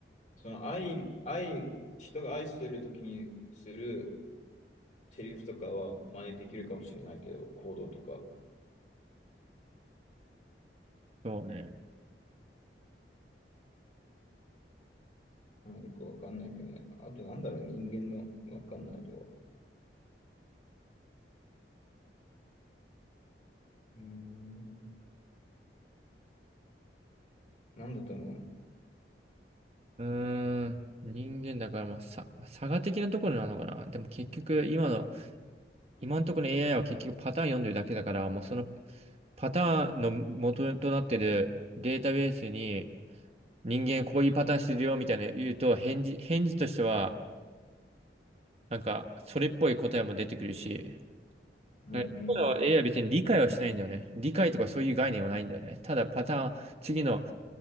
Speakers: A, on the left (about 45°); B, on the right (about 35°).
A: その愛、愛、人が愛してる時にするセリフとかは真似できるかもしれないけど、行動とか、
B: そうね。
A: なんかよくわかんないけどね。あとなんだろう、人間のわかんないとこ。うーん。なんだと思う
B: うーん。人間だから、まあ、さ、差が的なところなのかな。でも結局、今の、今のところの AI は結局パターン読んでるだけだから、もうそのパターンの元となってるデータベースに、人間こういうパターンしてるよみたいなの言うと、返事、返事としては、なんか、それっぽい答えも出てくるし、
A: うん
B: だから
A: うん
B: AI は別に理解はしてないんだよね。理解とかそういう概念はないんだよね。ただパターン、次の